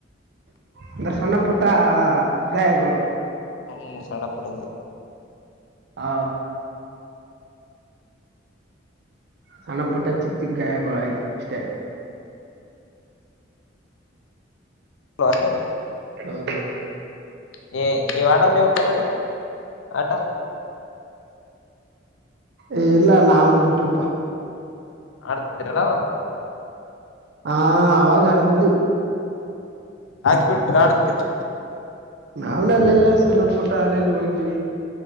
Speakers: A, on the right; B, on the left.
A: ಅಂದ್ರೆ ಸಣ್ಣ ಪುಟ್ಟ ಗಾಯಗಳು
B: ಹ್ಮ್ ಸ್ಣಪಡುದು
A: ಹ ಸಣ್ಣ ಪುಟ್ಟ ಚಿಕ್ಕ ಚಿಕ್ಕ ಗಾಯಗಳ ಅಷ್ಟೇ
B: ಹಯ
A: ಹೌದೌದು
B: ನೀ ನೀವು ಆಡಲ್ಲವು ಕಬಡ್ಡಿ ಆಟ
A: ಏ ಇಲ್ಲ ನ ಅವನ್ ಬಿಟ್ಟಪ್ಪಾ
B: ಆಡ್ತಿದ್ರಲ್ಲ ಅವಾಗ
A: ಹಾ ಅವಾಗ ಕಡದುದು
B: ಆಕ್ಬಿಡ್ ಾಡಕ <inaudible>
A: ನಾವ್ನೆ ಅಲ್ಲೆಲ್ಲ ಸಣ್ಣ ಪುಟ್ಟ ಅಲ್ಲೆಲ್ಲಿ ಹಯ್ದ್